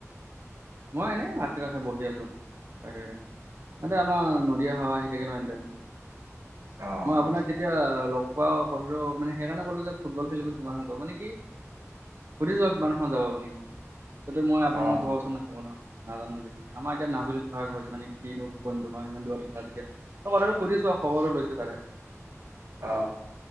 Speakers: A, on the right (about 50°); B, on the right (about 80°).
A: মই এনে হাত কষে বহি আছো বাহিৰৰে এতে আমাৰ নদীয়ে হাৱা আহি থাকে নহয় একদম
B: অ
A: মই আপোনাক কেতিয়া লগ কোৱা কথাটো মানে সেইকাৰণে ক'লো যে ফুটবল খেলিব কিমাৰ হাততৰ মানে কি সুধিছোৱা কিমান সময়ত যাব আপুনি ততে মই আপোনালোক
B: অ
A: ঘৰ ওচৰত ন নাজানো আমাৰ এতিয়া মাজুলী থকা ঘৰ যে আমি কিনো কৰিম তোমাৰ ইমান দূৰত থকা যেতিয়া সুধিছো খবৰো লৈছো তাতে
B: অ,